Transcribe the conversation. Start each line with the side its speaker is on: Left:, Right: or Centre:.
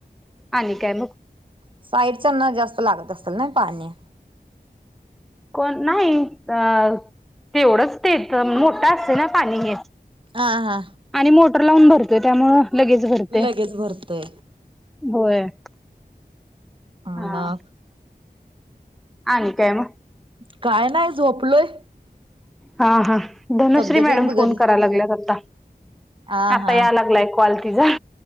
Centre: आणि काय मग?
Right: साईडच्याना जास्त लागत असल ना पाणी.
Centre: कोण नाही अ तेवढंच ते मोठं असतय ना पाणी हे.
Right: हा हा.
Centre: आणि मोटर लावून भरतोय त्यामुळं लगेच भरते.
Right: लगेच भरतय
Centre: होय.
Right: मग
Centre: हा, आणि काय मगं?
Right: काय नाही झोपलोय.
Centre: हा हा, धनश्री
Right: तब्येत
Centre: मॅडम
Right: एक बिघडली
Centre: फोन करा लागल्यात आता.
Right: हा
Centre: आता
Right: हा
Centre: या लागलाय कॉल तिचा.